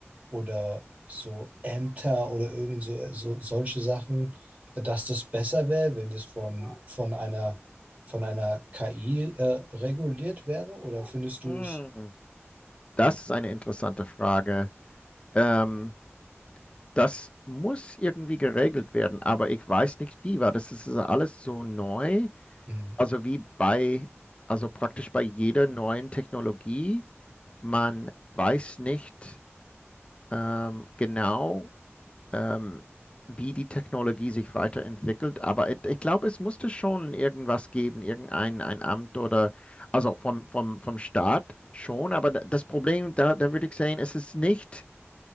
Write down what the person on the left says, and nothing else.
Hm,
das ist eine interessante Frage. Ähm, das muss irgendwie geregelt werden, aber ich weiß nicht wie, weil das ist ja alles so neu.
Also wie bei, also praktisch bei jeder neuen Technologie, man weiß nicht ähm, genau, ähm, wie die Technologie sich weiterentwickelt. Aber ich, ich glaube, es musste schon irgendwas geben, irgendein ein Amt oder, also vom, vom, vom Staat schon. Aber da- das Problem, da, da würde ich sagen, es ist nicht,